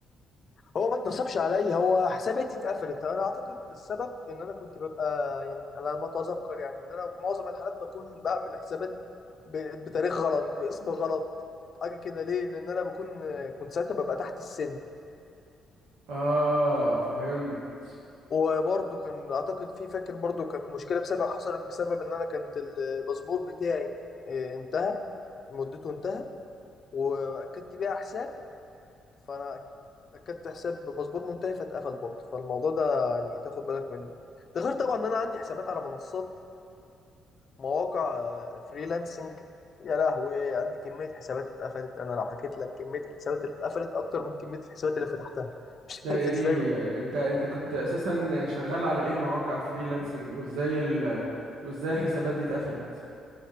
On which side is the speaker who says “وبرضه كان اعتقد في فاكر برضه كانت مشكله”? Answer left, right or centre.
Left